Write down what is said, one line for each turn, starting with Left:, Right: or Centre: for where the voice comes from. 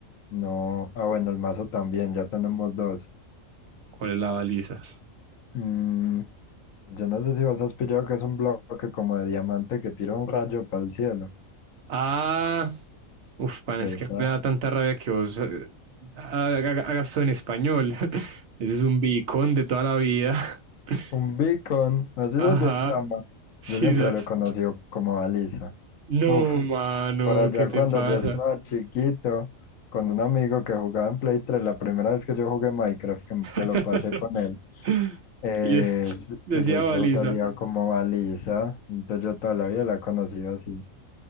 Left: No, ah bueno, el mazo también, ya tenemos dos.
Right: ¿Cuál es la baliza?
Left: Mm, yo no sé si vos has pillado que es un bloque como de diamante que tira un rayo para el cielo.
Right: Ah. Uf, pan,
Left: Esa,
Right: es que me da tanta rabia que vos eh, ha- haga- hagas eso en español. <laughs> Ese es un bicón de toda la vida. <laughs>
Left: un beacon, así
Right: Ajá.
Left: se llama.
Right: Sí,
Left: Yo siempre
Right: sabes.
Left: lo he conocido como baliza.
Right: No,
Left: Uf,
Right: mano,
Left: Por allá
Right: ¿qué te
Left: No, cuando
Right: pasa?
Left: yo estaba chiquito, con un amigo que jugaba en Play 3 la primera vez que yo jugué Minecraft, que
Right: <laughs>
Left: me lo pasé con él, eh,
Right: Y de- decía
Left: pues eso
Right: baliza.
Left: salía como Alisa, entonces yo toda la vida la he conocido así.